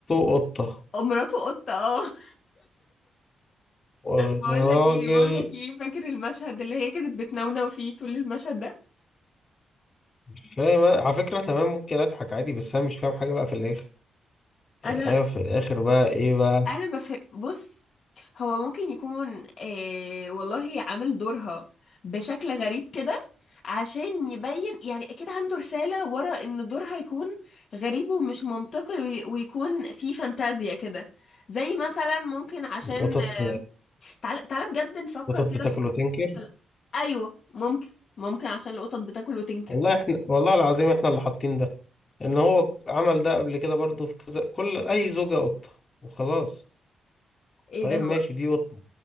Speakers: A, on the left (about 35°); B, on the left (about 50°).
A: قطه
B: مراته قطه اه <laughs>
A: والراجل
B: بقول لك ايه بقول لك ايه فاكر المشهد اللي هي كانت بتنونو فيه طول المشهد ده
A: مش فاهم على فكره تمام ممكن اضحك عادي بس انا مش فاهم حاجه بقى في الاخر يعني
B: انا
A: ايوه في الاخر بقى ايه بقى
B: انا ما فهم بص هو ممكن يكون آه والله عامل دورها بشكل غريب كده عشان يبين يعني اكيد عنده رسالة ورا ان دورها يكون غريب ومش منطقي وي- ويكون فيه فانتازيا كده زي مثلا ممكن عشان
A: قطط
B: تعال تعال بجد نفكر
A: قطط
B: كده
A: بتاكل وتنكر
B: هلا. ايوه ممكن ممكن عشان القطط بتاكل وتنكر
A: والله احنا والله العظيم احنا اللي حاطين ده ان هو عمل ده قبل كده برضو في كذا كل اي زوجة قطة وخلاص
B: ايه
A: طيب
B: ده هو
A: ماشي دي قطة